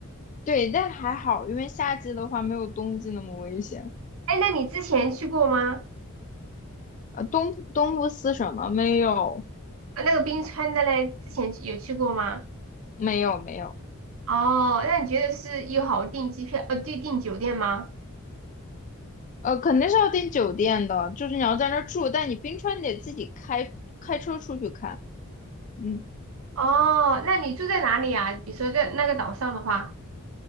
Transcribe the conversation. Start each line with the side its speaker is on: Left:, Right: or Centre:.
Left: 对，但还好，因为夏季的话没有冬季那么危险。
Right: 哎，那你之前去过吗？
Left: 呃，东东部斯什么？没有，
Right: 啊那个冰川的嘞，之前有去过吗？
Left: 没有，没有。
Right: 哦，那你觉得是友好订机票，呃，订订酒店吗？
Left: 呃，肯定是要订酒店的，就是你要在那儿住，但你冰川你得自己开开车出去看。嗯，
Right: 哦，那你住在哪里啊？比如说在那个岛上的话，